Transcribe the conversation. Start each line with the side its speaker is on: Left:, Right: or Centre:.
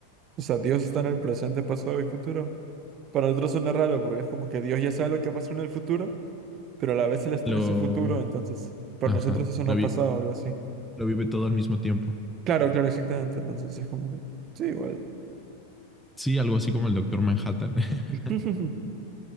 Right: O sea, Dios está en el presente, pasado y futuro. Para nosotros suena raro porque es como que Dios ya sabe lo que pasó en el futuro, pero a la vez Él está
Centre: Lo,
Right: en ese futuro, entonces para
Centre: ajá,
Right: nosotros eso no
Centre: la
Right: ha
Centre: vi-
Right: pasado o algo así.
Centre: lo vive todo al mismo tiempo.
Right: Claro, claro, exactamente. Entonces es como que, sí, igual.
Centre: Sí, algo así como el Doctor Manhattan. <laughs>
Right: <laughs>